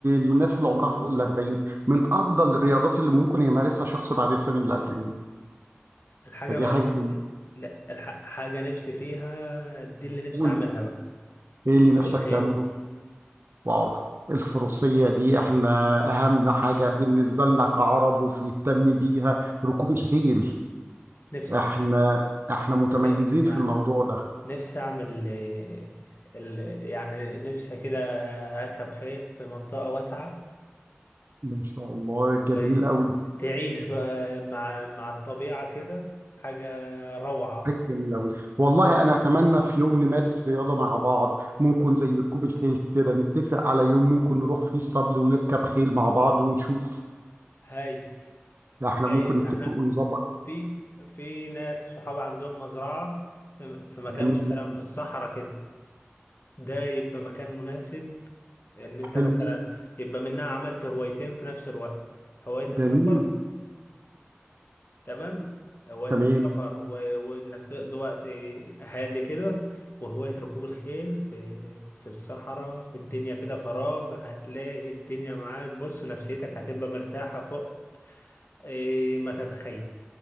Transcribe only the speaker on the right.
للناس اللي عمرها فوق ال 40 من افضل الرياضات اللي ممكن يمارسها شخص بعد سن ال 40
فدي
حاجه
جميلة.
قول
ايه اللي
نفسك
تعمله واو الفروسيه دي احنا اهم حاجه بالنسبه لنا كعرب وبنهتم بيها ركوب الخيل
احنا احنا متميزين
في الموضوع ده
ما شاء الله جميل
قوي
حاجة جميلة أوي والله أنا أتمنى في يوم نمارس رياضة مع بعض ممكن زي ركوب الخيل كده نتفق على يوم ممكن نروح فيه الصبل ونركب خيل مع بعض ونشوف
إحنا
ممكن نتفق
ونظبط
جميل
جدا
حلو
جدا
جميل
تمام